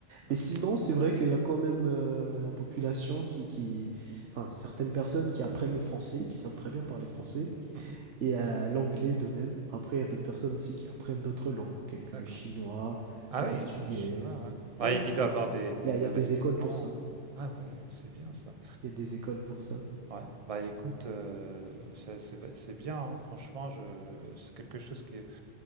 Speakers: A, on the right; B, on the right.
A: D'accord.
B: Mais sinon, c'est vrai qu'il y a quand même euh, la population qui, qui, enfin, certaines personnes qui apprennent le français, qui savent
A: Mhm.
B: très bien parler français,
A: Mhm.
B: et euh, l'anglais de même. Après, il y a d'autres personnes aussi qui apprennent d'autres langues, telles que
A: D'accord.
B: le chinois,
A: Ah
B: le
A: oui,
B: portugais.
A: le chinois, ouais.
B: Ouais,
A: Ouais, il
B: effectivement.
A: doit avoir des, des
B: Il y a, il y a
A: investissements.
B: des écoles pour ça.
A: Ah ouais, c'est bien ça.
B: Il y a des écoles pour ça.
A: Ouais, bah écoute, heu, c'est c'est b c'est bien, hein, franchement, je c'est quelque chose qui